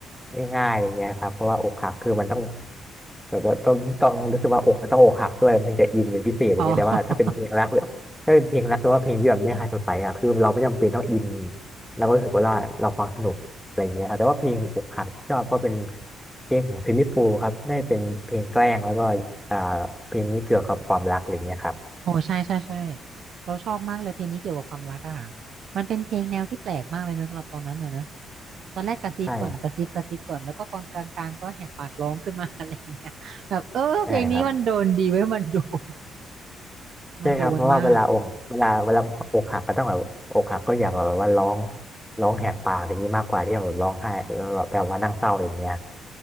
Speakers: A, in the centre; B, on the right.
A: ง่ายๆอะไรเงี้ยครับเพราะว่าอกหักคือมันต้องแบบว่าต้องต้องรู้สึกว่าอกต้องอกหักด้วยมันถึงจะอินเป็นพิเศษอะไรเงี้ยแต่ว่าถ้าเป็นเพลงรักเลยถ้าเป็นเพลงรักหรือว่าเพลงที่แบบเนื้อหาสดใสอ่ะคือเราไม่จำเป็นต้องอิน
B: อ๋อ
A: เราก็รู้สึกว่าเราฟังสนุกอะไรเงี้ยครับแต่ว่าเพลงอกหักที่ชอบก็เป็นเพลงของซิลลี่ฟูลส์ครับได้เป็นเพลงแกล้งแล้วก็อ่าเพลงนี้เกี่ยวกับความรักอะไรเงี้ยครับ
B: โอ้ใช่ใช่ใช่เราชอบมากเลยเพลงนี้เกี่ยวกับความรักอะค่ะมันเป็นเพลงแนวที่แปลกมากเลยเนอะสำหรับตอนนั้นนะเนอะตอนแรกกระซิบก่อนกระซิบกระซิบก่อนแล้วก็ตอนกลางๆก็แหกปากร้องขึ้นมา
A: ใช่
B: <laughs> อะไรอย่างเงี้ยแบบเออเพลงนี้มันโดนดีเว้ยมันโดน
A: ใช่ครับใช่ครับเพราะว่าเวลาอกเวลาเวลาอกหักก็ต้องแบบอกหักก็อยากแบบว่าร้อง
B: มันโดนมาก
A: ร้องแหกปากอย่างนี้มากกว่าที่แบบร้องไห้แล้วแบบแบบว่านั่งเศร้าอย่างเงี้ย